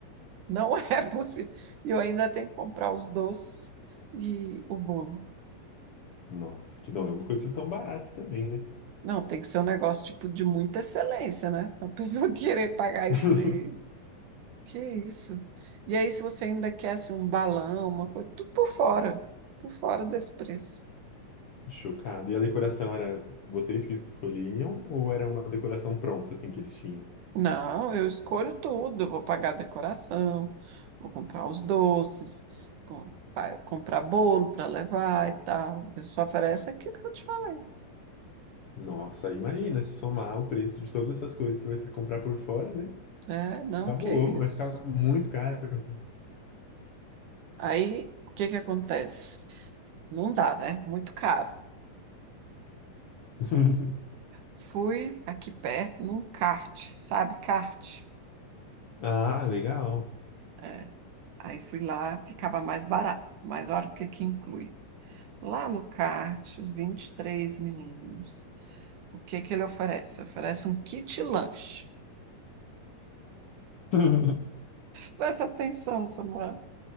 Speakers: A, on the right; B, on the left.
A: Não <laughs> é possível. E eu ainda tenho que comprar os doces e o bolo.
B: Nossa, que não é uma coisa tão barata também, né?
A: Não, tem que ser um negócio tipo de muita excelência, né? A pessoa <laughs> querer pagar este.
B: <laughs>
A: Que isso? E aí, se você ainda quer assim, um balão, uma coisa, tudo por fora, por fora desse preço.
B: Chocado. E a decoração era vocês que escolhiam ou era uma decoração pronta, assim, que eles tinham?
A: Não, eu escolho tudo. Eu vou pagar a decoração, vou comprar os doces, com- pa- comprar bolo para levar e tal. Eu só ofereço aquilo que eu te falei,
B: Nossa, imagina se somar o preço de todas essas coisas que vai ter que comprar por fora, né?
A: né? Não,
B: Acabou,
A: que isso.
B: vai ficar muito caro.
A: Aí, o que que acontece? Não dá, né? Muito caro.
B: <laughs>
A: Fui aqui perto num kart, sabe kart?
B: Ah, legal.
A: É. Aí fui lá, ficava mais barato. Mas olha o que que inclui. Lá no kart, os 23 meninos. O que que ele oferece? Oferece um kit lanche.
B: <laughs>
A: Presta atenção, Samuel.